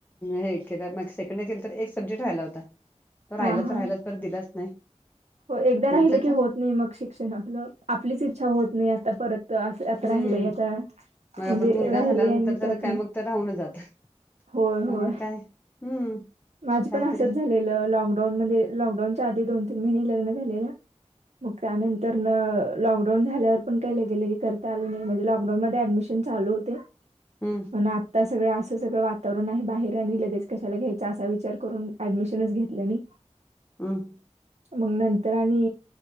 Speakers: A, on the left; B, on the right.
A: हे केलंग सेकंड इर केलं तर एक सब्जेक्ट राहियला होता. तो राहिला
B: हां,
A: तर
B: हां.
A: राहिलाच पर दिलाच नाहीच
B: हो, एकदा राहिलं की
A: का
B: होत नाही मग शिक्षण आपलं आपलीच इच्छा होत नाही आता परत. तर असं आता
A: हम्म
B: राहिलंय आता
A: मग
B: म्हणजे
A: आपण मुलगा
B: राहिले
A: झाल्यानंतर
B: आहे मी
A: तर
B: त्यातून
A: काय मग तर राहूनच जात
B: होय होय
A: त्यामुळे काय हम्म
B: माझ
A: कायतरी
B: पण आसच झाले. लॉकडाऊन म लॉकडाऊनच्या आधी दोन तीन महिने लग्न झालेल्या. मग त्यानंतर न. लॉकडाऊन झाल्यावर पण काही लगेलगे करता आलं नाही म्हणे लॉकडाऊन मध्ये ऍडमिशन चालू होते.
A: हम्म
B: पण आताच. सगळं असं सगळं वातावरण आहे बाहेर आणि लगेच कशाला घ्यायच असा विचार करून ऍडमिशनच घेतलं नाही.
A: हम.
B: मग नंतर आणि